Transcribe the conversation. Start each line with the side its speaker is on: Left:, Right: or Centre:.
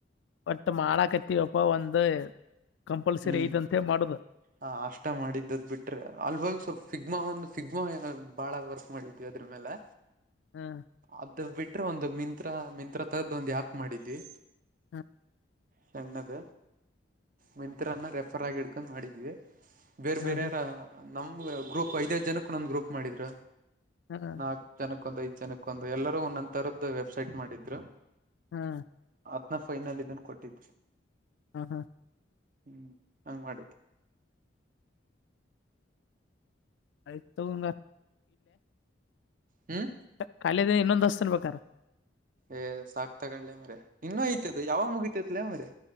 Left: ಬಟ್ ಮಾಡ ಕತ್ತವಪ್ಪ ಒಂದ ಕಂಪಲ್ಸರಿ
Right: ಹ್ಮ್
Left: ಐದಂತ ಮಾಡುದು
Right: ಹ ಅಷ್ಟ ಮಾಡಿದ್ದ ಬಿಟ್ರೆ ಅಲ್ವಾಗ ಸ್ವಲ್ಪ್ ಸಿಿಗ್ಮಾ ಒಂದು ಸಿಿಗ್ಮಾ ಬಾಳ ವರ್ಕ್ ಮಾಡಿದ್ಯ ಇದ್ರ ಮೇಲೆ
Left: ಹ್ಮ್
Right: ಅದು ಬಿಟ್ರೆ ಒಂದು ಮಿಂತ್ರ ಮಿಂತ್ರ ತರದ ಒಂದು್ ಆ್ಯಪ್ ಮಾಡಿದ್ವಿ
Left: ಹ್ಮ
Right: ಸಣ್ಣದ ಮಂತ್ರನ್ನ ರೆಫರ್ ಆಗಿ ಇಡ್ಕೊಂಡ್ ಮಾಡಿದೀವಿ ಬೇರೆ
Left: ಹ್ಮ್
Right: ಬೇರೆ
Left: ಹ್ಮ್
Right: ಯಾರ ನಮ್ ಗ್ರೂಪ್ ಐದೈದ್ ಜನಕ್ಕ ನಂದು್ ಗ್ರೂಪ್ ಮಾಡಿದ್ರ
Left: ಹ್ಮ್
Right: ನಾಕ್ ಜನಕ್ಕ ಒಂದು್ ಐದ್ ಜನಕ್ಕ ಒಂದು ಎಲ್ಲರೂ ಒಂದೊಂದ್ ತರದ ವೆಬ್ಸೈಟ್ ಮಾಡಿದ್ರು
Left: ಹ್ಮ್
Right: ಆತ್ನ ಫೈನಲ್ ಇದನ್ ಕೊಟ್ಟಿದ್
Left: ಹ್ಮ್ ಹ್ಮ
Right: ಹ್ಮ್ ಹಂಗ್ ಮಾಡಿದ್ದ
Left: ಐತ ತೋಗ್
Right: ಹ್ಮ್
Left: ಕಖಾಲಿದ ಇನ್ನೊಂದ್ ಹಸ್ತನ ಬಕಾರ
Right: ಏ ಸಾಕ್ತಗಳ್ಳೆ ಮ್ರೆ ಇನ್ನೂ ಐತದ ಯಾವ ಮುಗಿತತ್ಲ ಮ್ರರಿ